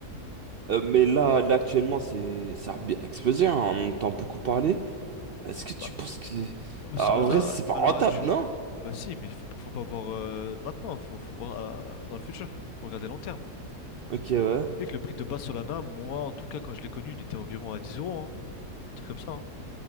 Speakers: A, on the right; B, on the left.
A: Euh, mais là, là actuellement, c'est ça a bien explosé, hein, on entend beaucoup parler. Est-ce que tu
B: Bah,
A: penses que... Ah,
B: Solana,
A: en vrai, c'est pas
B: à
A: rentable,
B: l'heure actuelle,
A: non?
B: bah si, mais faut, faut pas voir euh, maintenant, faut, faut voir euh, dans le futur, faut regarder long terme.
A: Ok, ouais.
B: Tu sais que le prix de base Solana, moi en tout cas, quand je l'ai connu, il était environ à 10 euros, hein, un truc comme ça. hein.